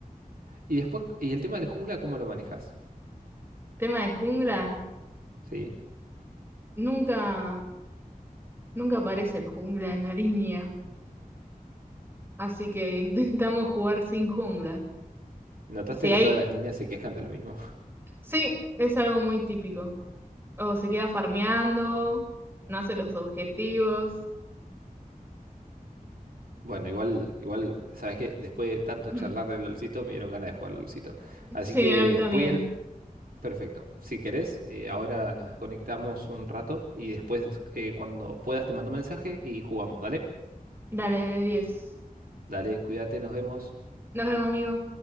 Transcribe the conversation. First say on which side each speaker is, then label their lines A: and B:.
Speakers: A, on the right; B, on the right.
A: Y después, ¿y el tema del jungla, cómo lo manejas?
B: Tema de jungla,
A: ¿Sí?
B: nunca, nunca aparece el jungla en la línea, así que <laughs> intentamos jugar sin jungla.
A: ¿Notaste
B: Si
A: que
B: hay,
A: todas las líneas se quejan de lo mismo?
B: sí, es algo muy típico. O se queda farmeando, no hace los objetivos.
A: Bueno, igual, igual, sabes que después de tanto
B: <clears throat>
A: charlar del LOLcito, me dieron ganas de jugar al LOLcito. Así
B: Sí,
A: que
B: a mí también.
A: voy a ir perfecto. Si querés, eh, ahora nos desconectamos un rato y después, eh, cuando puedas, te mando un mensaje y jugamos. Dale,
B: Dale, de 10.
A: dale, cuídate, nos vemos.
B: Nos vemos, amigo.